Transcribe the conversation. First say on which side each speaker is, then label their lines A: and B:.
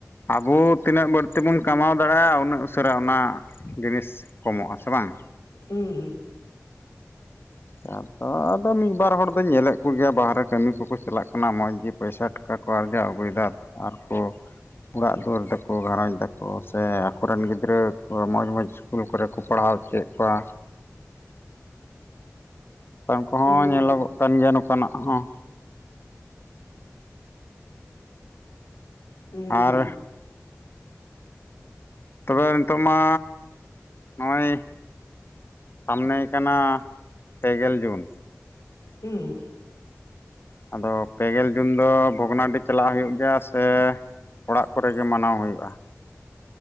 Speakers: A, on the left; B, on the left.
A: ᱟᱵᱚ ᱛᱤᱱᱟᱹᱜ ᱵᱟᱹᱲᱛᱤ ᱵᱚᱱ ᱠᱟᱢᱟᱣ ᱫᱟᱲᱮᱭᱟᱜᱼᱟ ᱩᱱᱟᱹᱜ ᱩᱥᱟᱹᱨᱟ ᱚᱱᱟ ᱡᱤᱱᱤᱥ ᱠᱚᱢᱚᱜᱼᱟ ᱥᱮ ᱵᱟᱝ
B: ᱦᱮᱸ ᱦᱩᱸ
A: ᱟᱪᱪᱷᱟ ᱟᱫᱚ ᱟᱫᱚ ᱢᱤᱫ ᱵᱟᱨ ᱦᱚᱲ ᱫᱚᱧ ᱧᱮᱞᱮᱫ ᱠᱚᱜᱮᱭᱟ ᱵᱟᱦᱨᱮ ᱠᱟᱹᱢᱤ ᱠᱚᱠᱚ ᱪᱟᱞᱟᱜ ᱠᱟᱱᱟ ᱢᱚᱡᱽ ᱜᱮ᱾ ᱯᱚᱭᱥᱟ ᱴᱟᱠᱟ ᱠᱚ ᱟᱨᱡᱟᱣ ᱟᱹᱜᱩᱭᱮᱫᱟ ᱟᱨ ᱠᱚ ᱚᱲᱟᱜ ᱫᱩᱣᱟᱹᱨ ᱫᱟᱠᱚ ᱜᱷᱟᱨᱚᱸᱡᱽ ᱫᱟᱠᱚ ᱥᱮ ᱟᱠᱚᱨᱮᱱ ᱜᱤᱫᱽᱨᱟᱹ ᱠᱚ ᱢᱚᱡᱽ ᱢᱚᱡᱽ ᱤᱥᱠᱩᱞ ᱠᱚᱨᱮ ᱠᱚ ᱯᱟᱲᱦᱟᱣ ᱚᱪᱚᱭᱮᱫ ᱠᱚᱣᱟ᱾ ᱱᱚᱝᱠᱟᱱ ᱠᱚᱦᱚᱸ
B: ᱦᱩᱸ
A: ᱧᱮᱞᱚᱜᱚᱜ ᱠᱟᱱ ᱜᱮᱭᱟ ᱱᱚᱝᱠᱟᱱᱟᱜ ᱦᱚᱸ
B: ᱦᱩᱸᱦᱩᱸ
A: ᱟᱨ ᱛᱚᱵᱮ ᱱᱤᱛᱚᱜ ᱢᱟ ᱱᱚᱜᱼᱚᱭ ᱥᱟᱢᱱᱮᱭ ᱠᱟᱱᱟ ᱯᱮᱜᱮᱞ ᱡᱩᱱ
B: ᱦᱩᱸᱦᱩᱸ
A: ᱟᱫᱚ ᱯᱮᱜᱮᱞ ᱡᱩᱱ ᱫᱚ ᱵᱷᱚᱜᱽᱱᱟᱰᱤ ᱪᱟᱞᱟᱜ ᱦᱩᱭᱩᱜ ᱜᱮᱭᱟ ᱥᱮ ᱚᱲᱟᱜ ᱠᱚᱨᱮ ᱜᱮ ᱢᱟᱱᱟᱣ ᱦᱩᱭᱩᱜᱼᱟ᱾